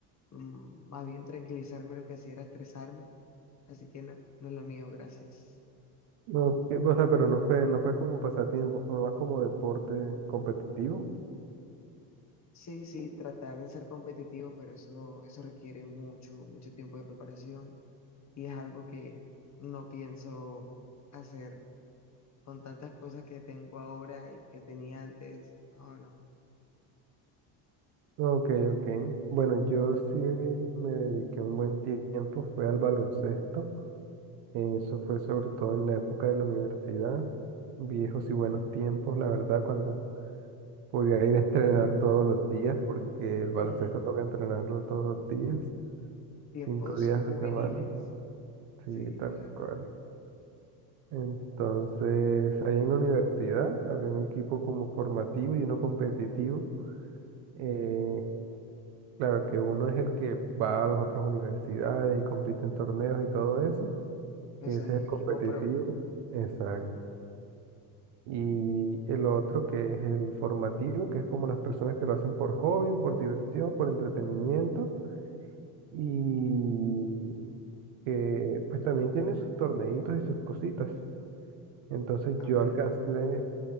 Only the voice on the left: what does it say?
mm, más bien tranquilizarme lo que hacía era estresarme, así que no, no es lo mío, gracias.
Sí, sí, tratar de ser competitivo, pero eso, eso requiere mucho, mucho tiempo de preparación y es algo que no pienso hacer con tantas cosas que tengo ahora y que tenía antes. No, no.
Ujú.
Tiempos
juveniles.
Sí,
claro.
O
sea,
el
equipo pro.
Ah,
pero